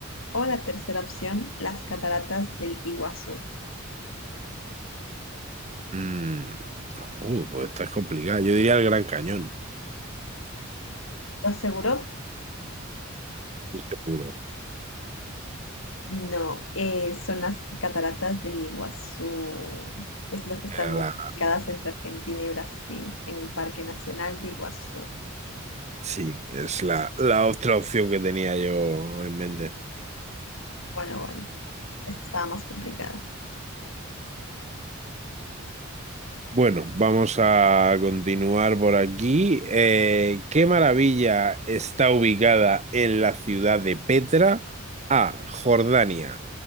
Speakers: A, on the left; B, on the right.
A: O la tercera opción, las cataratas del Iguazú.
B: Mm. Uh, pues esta es complicada. Yo diría el Gran Cañón,
A: ¿Estás seguro?
B: estoy seguro.
A: No, eh, son las cataratas del Iguazú. Es las que están
B: Era
A: ubicadas
B: la,
A: entre Argentina y Brasil, en el Parque Nacional de Iguazú.
B: sí, es la, la otra opción que tenía yo en mente.
A: Bueno, bueno, esta estaba más complicada.
B: Bueno, vamos a continuar por aquí. Eh, ¿qué maravilla está ubicada en la ciudad de Petra? A. Jordania.